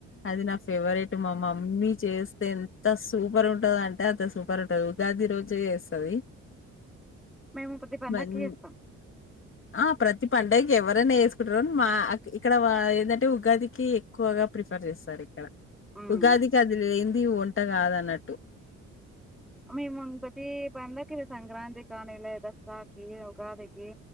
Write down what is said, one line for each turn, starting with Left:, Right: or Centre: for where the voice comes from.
Left: అది ర ఫేవరెట్ మా మమ్మీ చేస్తే ఎంత సూపర్ ఉంటది అంటే అంత సూపర్ ఉంటది ఉగాది రోజే చేస్తది
Centre: మేము ప్రతి పందాకి
Left: మన్
Centre: చేస్తాం
Left: ఆ ప్రతి పండుగకి ఎవరైనా వేసుకుంటార మాకి ఇక్కడ వా ఏందంటే ఉగాదికి ఎక్కువగా ప్రిఫర్ చేస్తారు ఇక్కడ
Centre: ఉమ్
Left: ఉగాదికి అదిలెయిన్ ది వంట కాద అన్నట్టు
Centre: మెమ పతీ పండగ కి సంక్రాంతి కానీలే దసరాకి, ఉగాదికి